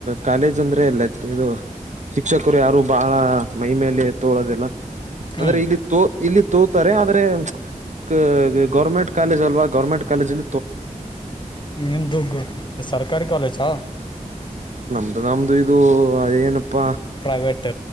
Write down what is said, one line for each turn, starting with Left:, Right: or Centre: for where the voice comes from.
Right: ಕಾಲೇಜ್ ಅಂದ್ರೆ ಇಲ್ಲ ಇದು ಶಿಕ್ಷಕರು ಯಾರು ಬಹಳ ಮೈ ಮೇಲೆ ತೋಳೋದಿಲ್ಲ
Left: ಹ್ಮ್
Right: ಅಂದ್ರೆ ಇಲ್ಲಿ ತೋ ಇಲ್ಲಿ ತೋತಾರೆ <unintelligible> ಗೌರ್ಮೆಂಟ್ ಕಾಲೇಜ್ ಅಲ್ವ ಗೋರ್ಮೆಂಟ್ ಕಾಲೇಜಲ್ಲಿ
Left: ನಿಮ್ದು ಸರ್ಕಾರಿ ಕಾಲೇಜಾ
Right: ಅ ನಮ್ಮದು ಇದು ಅದೇಏನು ಪ
Left: ಪ್ರೈವೇಟ್